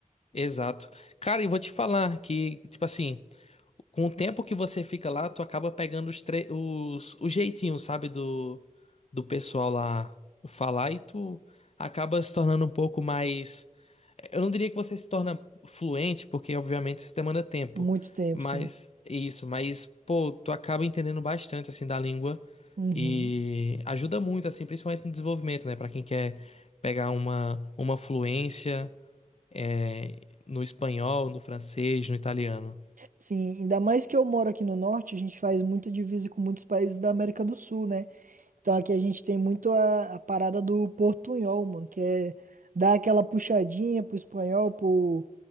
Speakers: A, on the left (about 50°); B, on the right (about 70°).
A: Exato. Cara, e vou te falar que, tipo assim, com o tempo que você fica lá, tu acaba pegando os, tre os, os jeitinhos, sabe, do, do pessoal lá falar e tu acaba se tornando um pouco mais. Eu não diria que você se torna fluente, porque obviamente isso demanda tempo.
B: Muito tempo,
A: Mas
B: sim.
A: isso, mas pô, tu acaba entendendo bastante assim da língua
B: Uhum.
A: e ajuda muito assim, principalmente no desenvolvimento, né, Para quem quer pegar uma uma fluência é, no espanhol, no francês, no italiano.
B: Sim, ainda mais que eu moro aqui no norte, a gente faz muita divisa com muitos países da América do Sul, né? Então aqui a gente tem muito a, a parada do portunhol, mano, que é dar aquela puxadinha pro espanhol, pro,